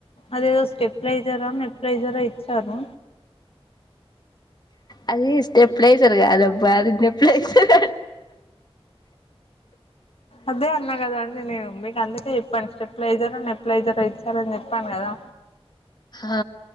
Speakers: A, on the left; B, on the left.
A: అదేదో స్టెప్ ప్రైజరా నెప్ ప్రైజరా ఇచ్చారు
B: అది స్టెప్ ప్లేస్ర్గా కాదమ్మా అది నేబ్లైజర్
A: అదే అన్నా కదండి నేను మీకు అందుకే చెప్పండి స్టెప్లైజర్ నెప్లైజర్ ఇచ్చారని చెప్పాను కదా
B: ఆ